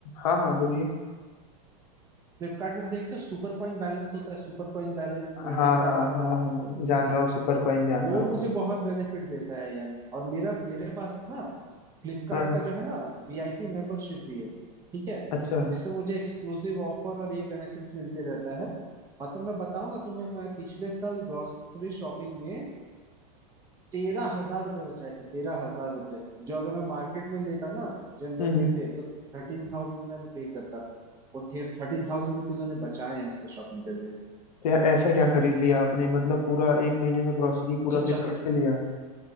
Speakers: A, on the left; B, on the right.
A: हाँ हाँ बोलिए
B: फ्लिपकार्ट में देखते हो सुपर कॉइन बैलेंस होता है Super coin balance credit
A: हाँ
B: card
A: हाँ
B: offer
A: हाँ हाँ
B: जो होता
A: जान रहा
B: है
A: हूँ सुपर कॉइन जान
B: वो
A: रहा हूँ
B: मुझे बहुत बेनिफिट देता है यार और मेरा मेरे पास ना फ्लिपकार्ट
A: हाँ
B: का जो है ना वीआईपी मेंबरशिप भी है ठीक है
A: अच्छा
B: जिससे मुझे एक्सक्लूसिव ऑफर और ये बेनिफिट्स मिलते रहता है मतलब मैं बताऊं ना तुम्हें मैं पिछले साल ग्रोसरी शॉपिंग में तेरह हजार रुपये बचाए थे तेरह हजार रुपये जो अगर मैं मार्केट में लेता ना जनरल
A: हम्म हम्म।
B: ये पे तो थर्टीन थाउजेंड मैंने पे करता वो थर्टीन थाउजेंड रुपीज मैंने बचाए हैं उसमें शॉपिंग करके
A: तो यार ऐसा क्या खरीद लिया आपने मतलब पूरा एक महीने का ग्रोसरी पूरा
B: अच्छा
A: फ्लिपकार्ट
B: चलो
A: से लिया